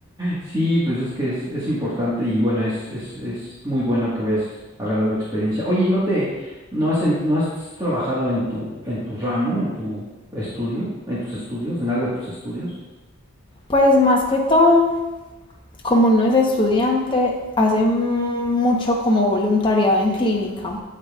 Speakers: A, on the right; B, on the left.
A: Sí, pues es que es, es importante y bueno, es, es, es muy bueno que vayas agarrando experiencia. Oye, ¿y no te, no has, em- no has trabajado en tu, en tu ramo, en tu estudio, en tus estudios, en algo de tus estudios?
B: Pues más que todo, como uno es estudiante, hace mucho como voluntariado en clínica